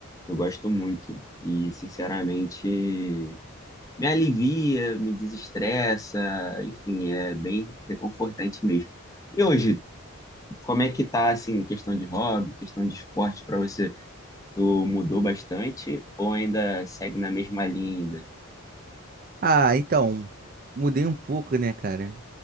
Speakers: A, on the left; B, on the right.
A: que eu gosto muito e, sinceramente, me alivia, me desestressa, enfim, é bem reconfortante mesmo. E hoje, como é que tá, assim, questão de hobby, questão de esporte para você? Tu mudou bastante ou ainda segue na mesma linha? ainda?
B: Ah, então, mudei um pouco, né, cara?